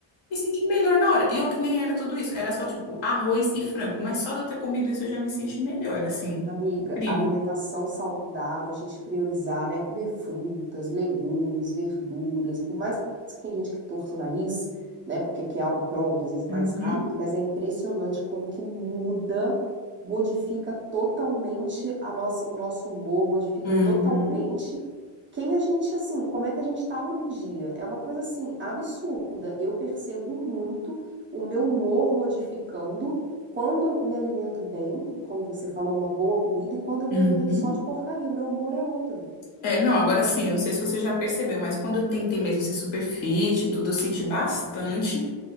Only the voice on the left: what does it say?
Me senti melhor na hora. E ó, que nem era tudo isso. Era só, tipo, arroz e frango. Mas só de eu ter comido isso eu já me senti melhor, assim.
Incrível.
Uhum.
Uhum.
Uhum.
É, não, agora sim, eu não sei se você já percebeu, mas quando eu tentei mesmo ser super fit e tudo, eu senti bastante.